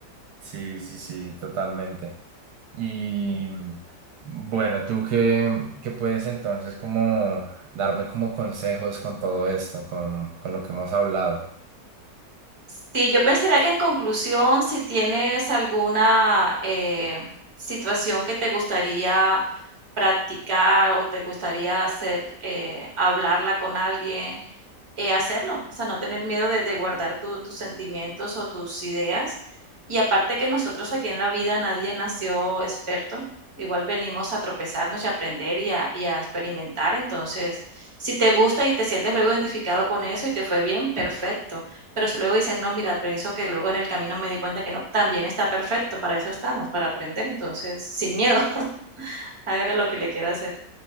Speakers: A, on the right; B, on the right.
A: Sí, sí, sí, totalmente. Y mm, bueno, tú qué, qué puedes entonces como darme como consejos con todo esto, con, con lo que hemos hablado.
B: Sí, yo pensaría que en conclusión, si tienes alguna eh, situación que te gustaría practicar o te gustaría hacer, eh, hablarla con alguien, eh, hacerlo, o sea, no tener miedo de, de guardar tu- tus sentimientos o tus ideas. Y aparte que nosotros aquí en la vida nadie nació experto, igual venimos a tropezarnos y a aprender y a, y a experimentar. Entonces, si te gusta y te sientes luego identificado con eso y te fue bien, perfecto. Pero si luego dices, no, mira, pienso que luego en el camino me di cuenta que no, también está perfecto, para eso estamos, para aprender. Entonces, sin miedo, <laughs> hágale lo que le quiera hacer.